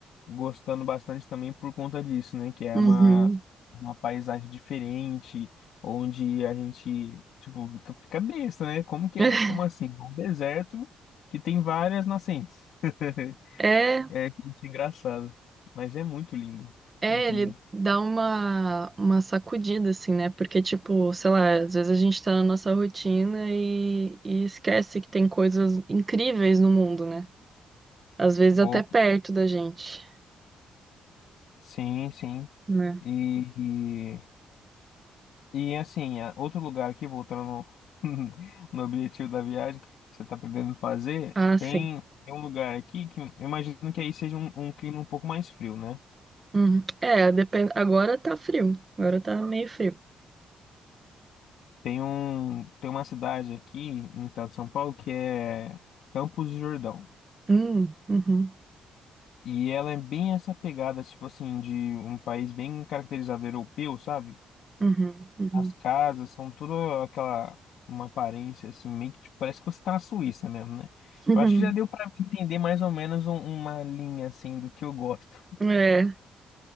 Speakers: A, on the left (about 75°); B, on the right (about 30°).
A: gostando bastante também por conta disso, né? Que é
B: Uhum.
A: uma, uma paisagem diferente, onde a gente, tipo, fica, fica besta, né? Como que
B: <laughs>
A: é? Como assim? É Um deserto que tem várias nascentes. <laughs>
B: É,
A: É, isso é engraçado. Mas é muito lindo.
B: é,
A: Muito
B: ele
A: lindo.
B: dá uma, uma sacudida, assim, né? Porque, tipo, sei lá, às vezes a gente tá na nossa rotina e, e esquece que tem coisas incríveis no mundo, né? Às vezes até
A: Oh,
B: perto da gente.
A: sim, sim.
B: né?
A: E, E assim, a- outro lugar aqui, voltando no, <laughs> no objetivo da viagem que você está pretendendo fazer,
B: Ah, sim.
A: tem, tem um lugar aqui que eu imagino que aí seja um, um clima um pouco mais frio, né?
B: Uhum. É, depende. Agora tá frio. Agora tá meio frio.
A: Tem um, tem uma cidade aqui no estado de São Paulo que é Campos do Jordão.
B: Hum, uhum,
A: E ela é bem essa pegada, tipo assim, de um país bem caracterizado europeu, sabe?
B: uhum, uhum.
A: As casas são tudo aquela uma aparência assim, meio que tipo, parece que você tá na Suíça mesmo, né?
B: <laughs>
A: Eu acho que já deu pra entender mais ou menos um- uma linha assim do que eu gosto.
B: É.